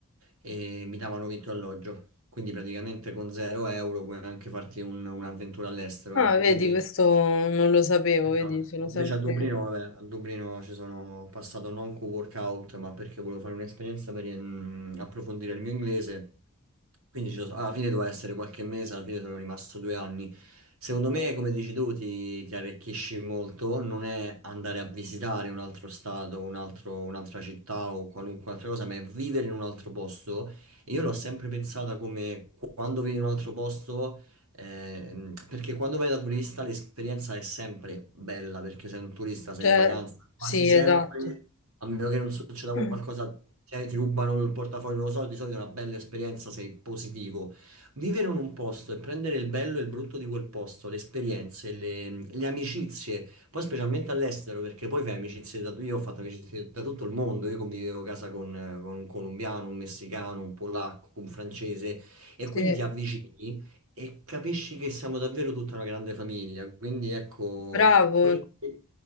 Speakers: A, on the right; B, on the left.
A: e mi davano vitto e alloggio. Quindi praticamente con 0 euro puoi anche farti un- un'avventura all'estero,
B: Ah,
A: ecco,
B: vedi,
A: quindi
B: questo non lo sapevo,
A: Esatto.
B: vedi, sono sempre...
A: Invece a Dublino, vabbè, a Dublino ci sono passato non co workout, ma perché volevo fare un'esperienza per mm, approfondire il mio inglese. Quindi ci sono- alla fine doveva essere qualche mese, alla fine sono rimasto due anni. Secondo me, come dici tu, ti, ti arricchisci molto. Non è andare a visitare un altro stato, un altro- un'altra città o qualunque altra cosa, ma è vivere in un altro posto. E io l'ho sempre pensata come quando vivi in un altro posto. Ehm, perché quando vai da turista l'esperienza è sempre bella, perché sei un turista, sei
B: Cioè,
A: in vacanza, quasi
B: sì,
A: sempre,
B: esatto.
A: a meno che non succeda qualcosa,
B: Mm.
A: ti, ti rubano il portafoglio, non lo so, di solito è una bella esperienza, sei positivo. Vivere in un posto e prendere il bello e il brutto di quel posto, le esperienze, le, le amicizie, poi specialmente all'estero, perché poi fai amicizie da... Io ho fatto amicizie da tutto il mondo, io convivevo a casa con, con un colombiano, un messicano, un polacco, un francese, e
B: Sì,
A: quindi ti avvicini. E capisci che siamo davvero tutta una grande famiglia, quindi ecco,
B: bravo,
A: quello che